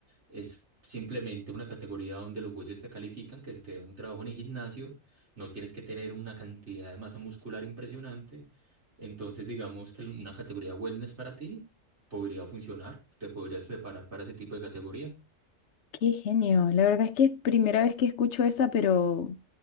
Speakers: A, on the right (about 60°); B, on the left (about 65°).
A: Es simplemente una categoría donde los jueces te califican que se te dé un trabajo en el gimnasio. No tienes que tener una cantidad de masa muscular impresionante. Entonces, digamos que una categoría wellness para ti podría funcionar. Te podrías preparar para ese tipo de categoría.
B: qué genio. La verdad es que es primera vez que escucho esa, pero